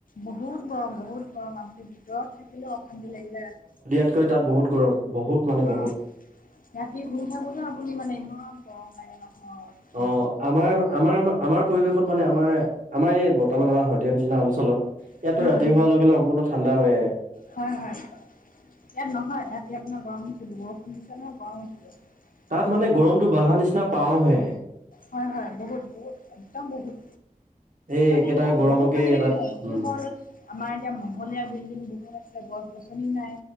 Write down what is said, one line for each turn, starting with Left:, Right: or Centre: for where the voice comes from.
Left: বহুত গৰম, বহুত গৰম, আপুনি ভিতৰত থাকিলেও অশান্তি লাগি যায়, ৰা
Right: তকৈ তাত বহুত গৰম, বহুত মানে
Left: অ,
Right: বহুত
Left: ৰাতি শুই থাকোতে আপুনি মানে ইমান গৰম লাগে নহয়! উম
Right: অ, আমাৰ, আমাৰ, আমাৰ পৰিৱেশত মানে আমাৰ আমাৰ এই বৰ্তমান আমাৰ শদিয়াৰ নিচিনা অঞ্চলত ইয়াততো
Left: উম
Right: ৰাতি হোৱাৰ লগে-লগে <unintelligible> ঠাণ্ডা হৈ আহে।
Left: হয়, হয়। ইয়াত নহয়, ৰাতি আপোনাৰ গৰম উঠিব, বৰষুণ দিছে নহয় গৰম উঠিব।
Right: তাত
Left: তেনেকে
Right: মানে গৰমতটো বাঢ়া নিচিনা পাওঁহে।
Left: হয়, হয়, বহুত বহুত একদম বহুত।
Right: এই
Left: মানে
Right: একেটা
Left: ইয়াত
Right: গৰমকে
Left: বহুত মানে
Right: তাত
Left: কি
Right: উম
Left: হ'ল? আমাৰ এতিয়া মহলীয়া বিল্ডিং বহুত আছে, গছ-গছনি নাই।